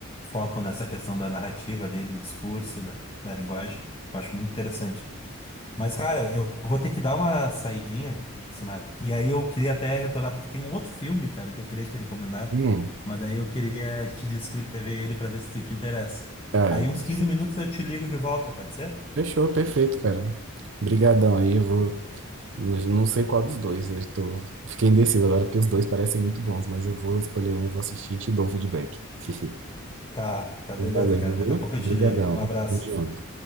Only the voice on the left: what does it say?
focam nessa questão da narrativa ali, do discurso, da, da linguagem. Eu acho muito interessante. Mas, cara, eu vou ter que dar uma saidinha, Simara. E aí eu queria até retornar, porque tem um outro filme, cara, que eu queria te recomendar,
mas aí eu queria te descrever ele pra ver se tu te interessa.
Aí
uns 15 minutos eu te ligo de volta, pode ser?
Tá, tá beleza,
cara.
Daqui a pouco eu
te ligo. Um abraço.